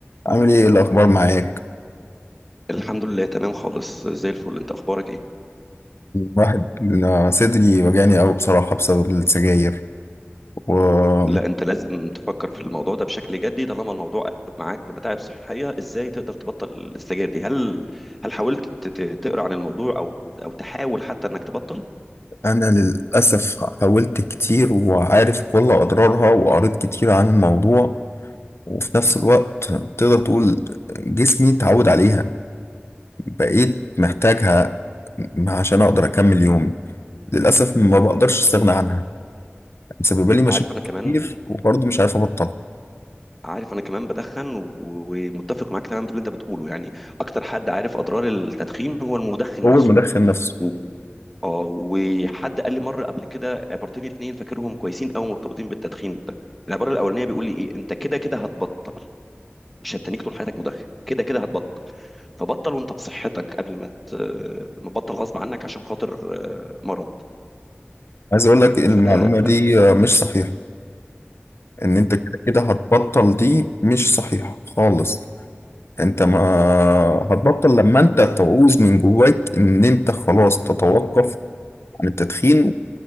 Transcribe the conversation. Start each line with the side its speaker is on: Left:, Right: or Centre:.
Left: عامل ايه إيه الاخبار معاك
Centre: الحمد لله تمام خالص زي الفل انت اخبارك ايه
Left: واحد صدري وجعني قوي بصراحة بسبب السجاير وانا
Centre: لا انت لازم تفكر في الموضوع ده بشكل جدي طالما الموضوع قلب معاك بمتاعب صحيه ازاي تقدر تبطل السجاير دي هل هل حاولت ت- ت- تقرا عن الموضوع او او تحاول حتى انك تبطل
Left: للاسف حاولت كتير وعارف كل اضرارها وقريت كتير عن الموضوع وفي نفس الوقت تقدر تقول جسمي اتعود عليها بقيت محتاجها عشان اقدر اكمل يومي للاسف ما بقدرش استغنى عنها مسببه لي مشاكل
Centre: عارف انا كمان
Left: كتير وبرضه مش عارف ابطلها
Centre: عارف انا كمان بدخن و- ومتفق معاك تماما في اللي انت بتقوله يعني اكتر حد عارف اضرار التدخين هو المدخن
Left: هو
Centre: نفسه
Left: المدخن نفسه
Centre: و... اه وحد قال لي مره قبل كده عبارتين اتنين فاكرهم كويسين قوي مرتبطين بالتدخين ده العباره الاولانيه بيقول لي ايه انت كده كده هتبطل مش هتتنيك طول حياتك مدخن كده كده هتبطل فبطل وانت بصحتك قبل ما ت... ما تبطل غصب عنك عشان خاطر آه، مرض
Left: عايز اقول لك المعلومة
Centre: فليه
Left: دي مش صحيحة ان انت كده كده هتبطل دي مش صحيحة خالص انت ما هتبطل لما انت تعوز من جواك ان انت خلاص تتوقف عن التدخين